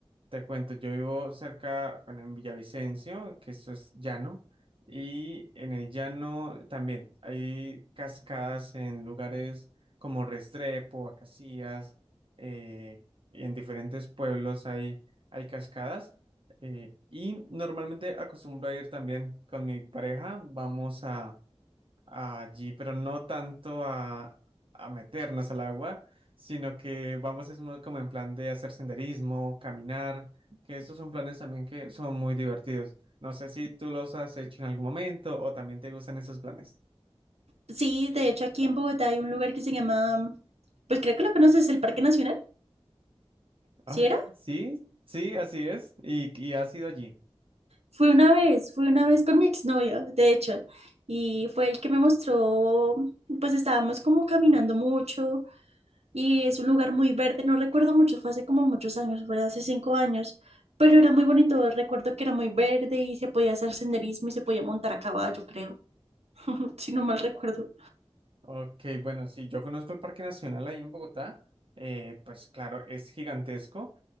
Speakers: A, on the right; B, on the right.
A: te cuento, yo vivo cerca, bueno, en Villavicencio, que eso es llano, y en el llano también hay cascadas en lugares como Restrepo, Acacías, eh, y en diferentes pueblos hay, hay cascadas, eh, y normalmente acostumbro a ir también con mi pareja, vamos a, allí, pero no tanto a, a meternos al agua, sino que vamos es mo- como en plan de hacer senderismo, caminar, que esos son planes también que son muy divertidos. No sé si tú los has hecho en algún momento o también te gustan esos planes.
B: Sí, de hecho aquí en Bogotá hay un lugar que se llama, pues creo que lo conoces, el Parque Nacional,
A: Ah,
B: ¿sí
A: ok,
B: era?
A: Sí, sí, así es. Y, y has ido allí.
B: Fui una vez, fui una vez con mi exnovio, de hecho, y fue el que me mostró, pues estábamos como caminando mucho y es un lugar muy verde, no recuerdo mucho, fue hace como muchos años, fue hace cinco años, pero era muy bonito, recuerdo que era muy verde y se podía hacer senderismo y se podía montar a caballo, creo, <laughs> si no mal recuerdo.
A: Ok, bueno, sí, yo conozco el Parque Nacional ahí en Bogotá, eh, pues claro, es gigantesco,